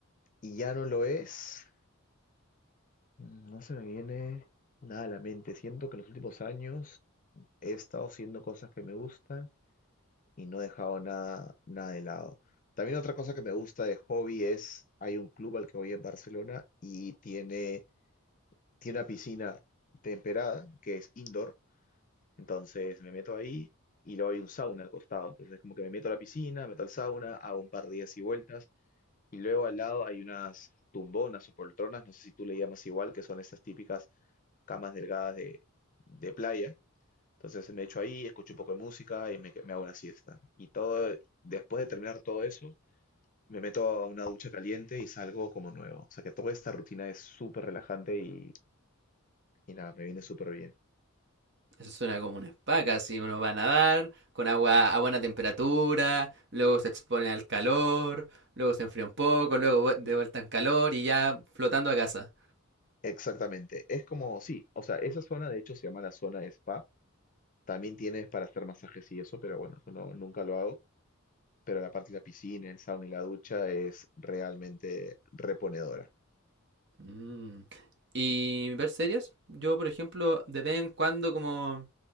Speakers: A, on the left; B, on the right.
A: y ya no lo es, mm, no se me viene nada a la mente. Siento que en los últimos años he estado haciendo cosas que me gustan y no he dejado nada, nada de lado. También otra cosa que me gusta de hobby es, hay un club al que voy en Barcelona y tiene tiene una piscina temperada que es indoor, entonces me meto ahí y luego hay un sauna al costado, entonces como que me meto a la piscina, meto al sauna, hago un par de días y vueltas y luego al lado hay unas tumbonas o poltronas, no sé si tú le llamas igual, que son esas típicas camas delgadas de, de playa. Entonces me echo ahí, escucho un poco de música y me, me hago una siesta. Y todo, después de terminar todo eso, me meto a una ducha caliente y salgo como nuevo. O sea que toda esta rutina es súper relajante y, y nada, me viene súper bien.
B: Eso suena como una spa, casi uno va a nadar con agua a buena temperatura, luego se expone al calor, luego se enfría un poco, luego vu- de vuelta en calor y ya flotando a casa.
A: Exactamente, es como, sí, o sea, esa zona de hecho se llama la zona de spa, también tienes para hacer masajes y eso, pero bueno, eso no, nunca lo hago, pero la parte de la piscina, el sauna y la ducha es realmente reponedora.
B: Mm. ¿Y ver series? Yo, por ejemplo, de vez en cuando como,